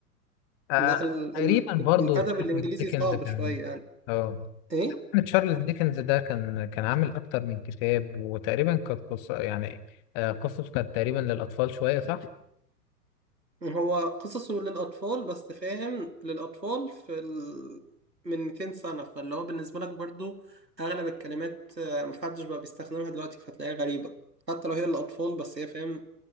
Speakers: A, on the left (about 35°); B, on the right (about 85°).
A: آه،
B: لا ال...
A: تقريبا
B: ال...
A: برضه
B: الادب
A: تشارلز
B: الانجليزي
A: ديكنز
B: صعب
A: كان
B: شويه يعني
A: أه
B: ايه
A: تشارلز ديكنز ده كان كان عامل أكتر من كتاب وتقريبا كانت قصة يعني آه، قصته كانت تقريبا للأطفال شوية صح؟
B: هو قصصه للأطفال بس فاهم للأطفال في ال... من 200 سنة فاللي هو بالنسبة لك برضو أغلب الكلمات آه، محدش بقى بيستخدمها دلوقتي فتلاقيها غريبة حتى لو هي للأطفال بس هي فاهم